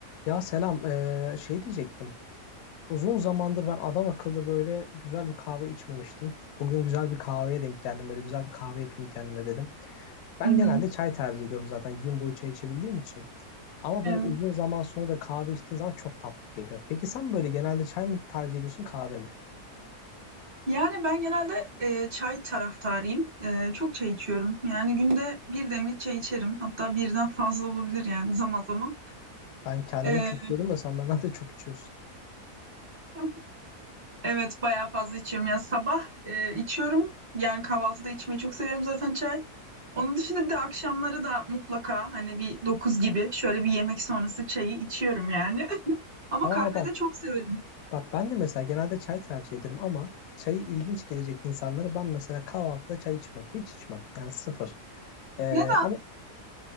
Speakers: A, on the left (about 70°); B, on the right (about 35°).
A: Ya selam, eee, şey diyecektim. Uzun zamandır ben adam akıllı böyle güzel bir kahve içmemiştim. Bugün güzel bir kahveye denk geldim. Böyle güzel bir kahve yapayım kendime dedim. Ben
B: Hı hı,
A: genelde çay tercih ediyorum zaten gün boyu çay içebildiğim için. Ama
B: Evet.
A: böyle uzun zaman sonra da kahve içtiğin zaman çok tatlı geliyor. Peki sen böyle genelde çay mı tercih ediyorsun kahve mi?
B: Yani ben genelde e, çay taraftarıyım. E, çok çay içiyorum. Yani günde bir demlik çay içerim. Hatta birden fazla olabilir yani <laughs> zaman zaman.
A: Ben kendime
B: E,
A: çok diyordum da sen benden de çok içiyorsun.
B: <laughs> evet bayağı fazla içiyorum. Yani sabah e, içiyorum. Yani kahvaltıda içmeyi çok seviyorum zaten çay. Onun dışında bir de akşamları da mutlaka hani bir 9 gibi şöyle bir yemek sonrası çayı içiyorum yani. <laughs> Ama
A: Aa
B: kahvede
A: bak,
B: çok severim.
A: bak ben de mesela genelde çay tercih ederim ama çayı ilginç gelecek insanlara ben mesela kahvaltıda çay içmem. Hiç içmem. Yani sıfır. Ee,
B: Neden?
A: ama